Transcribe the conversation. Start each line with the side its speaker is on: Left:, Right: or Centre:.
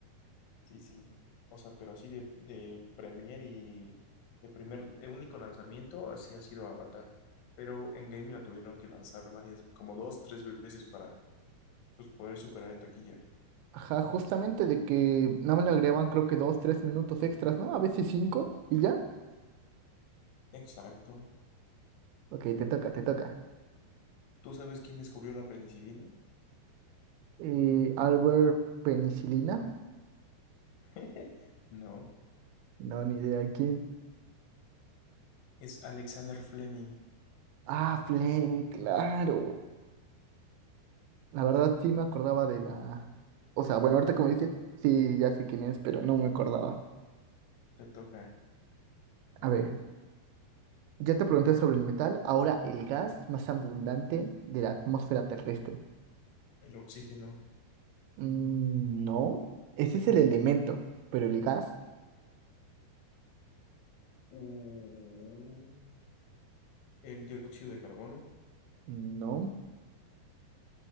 Left: Sí, sí. O sea, pero así de, de premier y de primer, de único lanzamiento, así ha sido Avatar. Pero Endgame la tuvieron que lanzar varias, como dos, tres veces para pues, poder superar en taquilla.
Right: Ajá, justamente de que nada más le agregaban creo que dos, tres minutos extras, ¿no? A veces cinco y ya.
Left: Exacto.
Right: Ok, te toca, te toca.
Left: ¿Tú sabes quién descubrió la penicilina?
Right: Eh, Albert Penicilina.
Left: <laughs> No,
Right: No, ni idea quién.
Left: es Alexander Fleming.
Right: Ah, Fleming, claro. La verdad sí me acordaba de la... O sea, bueno, ahorita como dices, sí, ya sé quién es, pero no me acordaba.
Left: Te toca.
Right: A ver, ya te pregunté sobre el metal, ahora el gas más abundante de la atmósfera terrestre.
Left: el oxígeno,
Right: Mm, no, ese es el elemento, pero el gas,
Left: u- el dióxido de carbono,
Right: no.